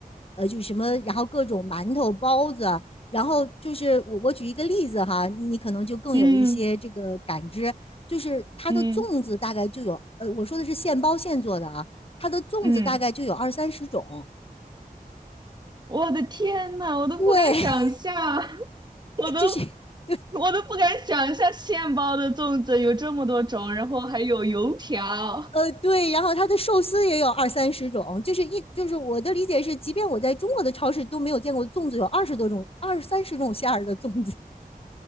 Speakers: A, on the left (about 40°); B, on the right (about 25°).
A: 呃，就什么，然后各种馒头、包子。然后就是我我举一个例子哈，你可能就更有一些这个感知，
B: 嗯
A: 就是它的粽子大概就有，
B: 嗯
A: 呃，我说的是现包现做的啊。它的粽子大概就有二三十种，
B: 嗯，我的天呐，我都不敢想象，
A: 对，
B: <laughs> 我都
A: 就是 <laughs>
B: 我都不敢想象现包的粽子有这么多种，然后还有油条。
A: 呃对，然后它的寿司也有二三十种，就是一就是我的理解是，即便我在中国的超市都没有见过粽子有二十多种、二三十种馅儿的粽子。